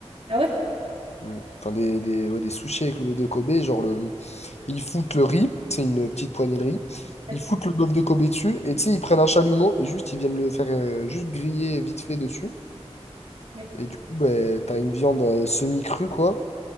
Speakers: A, on the right; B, on the left.
A: Ah ouais?
B: Mm. Enfin, des, des, ouais, des sushis avec le bœuf de Kobe. Genre, le, ils foutent le riz, c'est une petite poignée de riz.
A: Ouais,
B: Ils foutent le bœuf de Kobe dessus. Et tu sais, ils prennent un chalumeau et juste, ils viennent le faire euh, juste griller vite fait dessus.
A: ouais,
B: Et du coup, ben, t'as une viande euh, semi-crue, quoi.